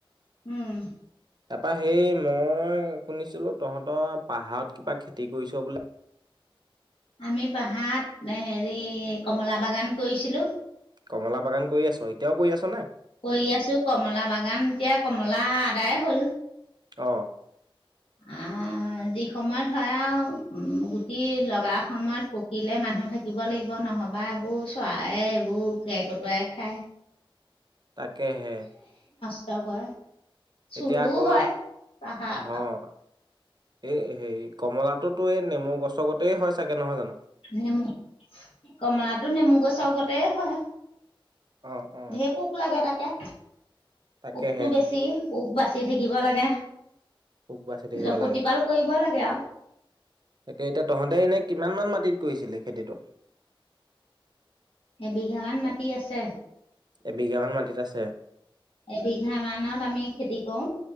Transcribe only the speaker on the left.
উম
আমি পাহাৰত হেৰি, কমলা বাগান কৰিছিলোঁ।
কৰি আছোঁ কমলা বাগান এতিয়া কমলা আদায় হ'ল।
আঁহ ', যিসময়ত হয় আৰু গুটি লগা সময়ত পকিলে মানুহ থাকিব লাগিব নহ'বা এইবোৰ চৰাইয়ে এইবোৰ কে কটুৱাই খায়।
নষ্ট কৰে চোৰো
হয় পাহাৰ
নেমু কমলাটো। নেমু গছৰ গতে হয়।
ঢেৰ পোক লাগে তাকে।
পোকটো বেছি। পোক বাচি থাকিব লাগে।
জ- প্ৰতিপাল
কৰিব লাগে আৰু
এবিঘামান মাটি আছে।
এবিঘা মানত আমি খেতি কৰো